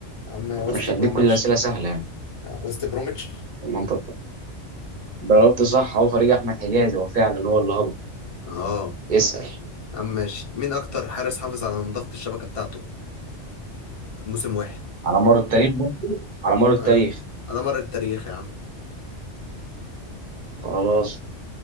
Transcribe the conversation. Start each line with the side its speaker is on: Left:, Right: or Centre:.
Left: يا عم وست
Right: انا مش
Left: بروميتش
Right: هديك كل الاسئله سهله يعني
Left: آه، وست بروميتش
Right: طب ما انت ضربت صح هو فريق احمد حجازي هو فعلا هو اللي هبط
Left: اه
Right: اسال
Left: يا عم ماشي مين اكتر حارس حافظ على نظافة الشبكة بتاعته في موسم واحد
Right: على مر التاريخ برضه على مر التاريخ
Left: على على مر التاريخ يا عم
Right: خلاص